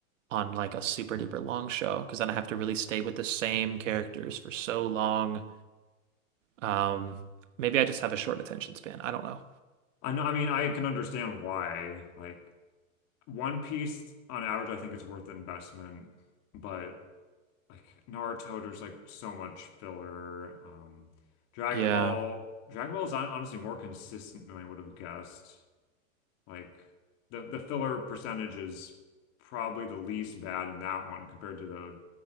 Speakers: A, on the right; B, on the left.
A: on like a super duper long show because then I have to really stay with the same characters for so long. Um, maybe I just have a short attention span. I don't know.
B: I know, I mean, I can understand why. Like One Piece on average, I think it's worth the investment, but like Naruto, there's like so much filler. Um Dragon
A: Yeah,
B: Ball, Dragon Ball is hon- honestly more consistent than I would have guessed. Like the the filler percentage is probably the least bad in that one compared to the